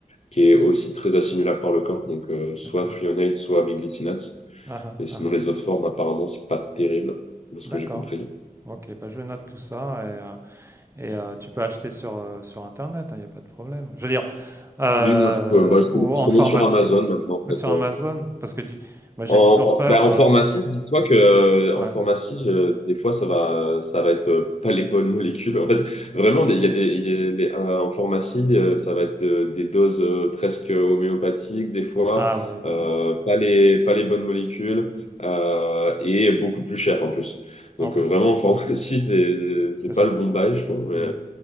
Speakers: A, on the left; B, on the right.
A: qui est aussi très assimilable par le corps, donc euh, soit
B: d'accord.
A: threonate, soit biglycinate.
B: Ah, ah,
A: Et sinon,
B: ah, ah.
A: les autres formes, apparemment, c'est pas terrible, de ce
B: D'accord.
A: que j'ai compris.
B: Ok, bah je note tout ça et, euh, et, euh, tu peux acheter sur, euh, sur Internet, il n'y a pas de problème. Je veux dire, euh,
A: Oui, moi, je, peux- bah, je commande
B: ou en
A: je commande
B: pharmacie,
A: sur Amazon maintenant, en
B: ou
A: fait.
B: sur Amazon, parce que tu- moi j'ai
A: En,
B: toujours
A: en-
B: peur.
A: bah,
B: euh,
A: en pharmacie, dis-toi que euh,
B: ouais.
A: en pharmacie, je- des fois, ça va, ça va être euh, pas les bonnes molécules. En fait, vraiment, des- il y a des, il y a des- euh, en pharmacie, euh, ça va être euh, des doses euh, presque homéopathiques, des fois,
B: Ah ouais, non.
A: euh,
B: il-
A: pas les, pas les bonnes molécules,
B: mhm.
A: euh, et beaucoup plus cher en plus.
B: En
A: Donc,
B: plus,
A: euh, vraiment,
B: euh,
A: en pharmacie, <laughs> c'est, c'est
B: parce
A: pas
B: que-
A: le bon bail, je trouve.
B: mhm.